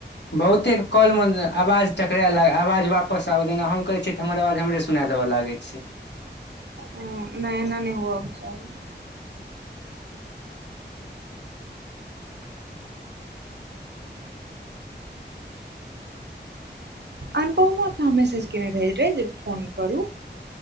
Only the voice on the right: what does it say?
हँ नहि एना नहि हुवाके चाही। अनुपवमे कऽ मैसेज कयने रहैत रहै जे फोन करू।